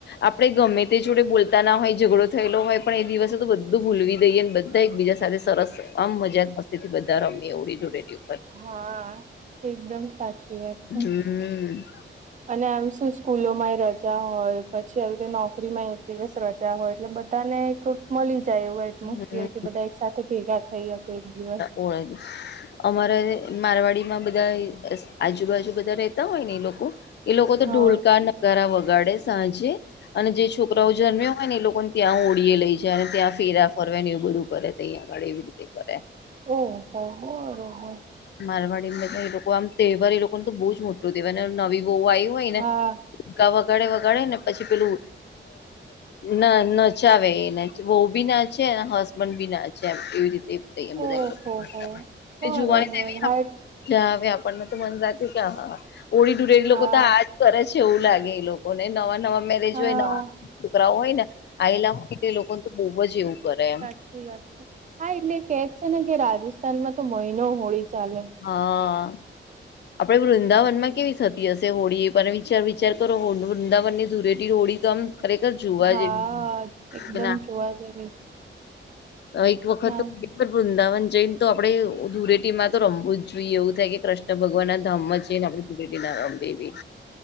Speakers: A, on the left (about 60°); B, on the right (about 40°).
A: આપડે ગમે તે જોડે બોલતા ના હોય, ઝઘડો થયેલો હોય પણ, એ દિવસે તો બધું ભૂલવી દઈએ, ને બધા એક બીજા સાથે.. સરસ. આમ મજાક મસ્તી થી બધા રમીએ હોળી-ધુરેટી.
B: હા.. આ.. એકદમ સાચી વાત. છે.
A: હમ...
B: અને આમ શું સ્કૂલો માં રજા હોય, પછી આવી તે નોકરીમાં એક દિવસ રજા.. હોય, એટલે બધા ને એક મળી જાય એવું એટમોસફિયર,
A: હમ્મ
B: કે બધા એક સાથે ભેગા થઇ.. થઈ આપકે એક દિવસ..
A: પ દ <unintelligible> અમારે મારવાડી માં બધા આજુબાજુ બધા રતા હોય ને એ લોકો એ લોકો તો
B: હા.
A: ઢોલકા નગારા વગાડે સાંજે અને જે છોકરાઓ જન્મ્યા હોય ને એ લોકોને ત્યાં ઓળીએ લઈ જાય અને ત્યાં ફેરા ફરવા ને એવું બધું કરે અહીંયા આગળ એવી રીતે
B: ઓહ હબબ
A: મારવાડી માં બધા એ લોકો આમ તહેવાર એ લોકોને તો બહુ જ મોટું તહેવાય નવી બહુ આવ હોય
B: હા
A: ને કા વગાડે વગાડે ને પછી પેલું ના નચાવે એ બહ બી ના છે હસબન્ડ બી ના છે એમ એવી રીતે બધા
B: ઓહો હો બરોબર
A: જોવાનીવી
B: હા
A: જવે આપણ તો મન જ કે હા ઓળ ડુરેેલી
B: હા
A: લોકોક તો આજ કરે છે એવું લાગે એ લોકોને નવા નવા
B: હા
A: નવા છોકરાઓ હોય ને આલા હોય એટલે લોકોને તો બહુ જ એવું કરે એમ
B: સાચી વાત છે હા એટલે કેજ છે ને કે રાજસ્થાનમાં તો મહિનો હોળી ચાલે
A: <inaudible> આપણે વૃંદાવનમાં કેવી થતી હશે હોળી એ પણ વિચાર વિચાર કરો વૃંદાવન ની ધૂરે રોળ તો આમ ખરેખર જોવા
B: હા
A: જવી
B: એકદમ
A: ના
B: જોવા જેવી
A: એક વખત
B: ના
A: તો વૃંદાવન જૈને તો આપડે ધૂરેટીમાં તો રમવું જ જોઈએ એવું થાય કે કૃષ્ણ ભગવાન ના ધામ છેને આપુેટી ના રમવી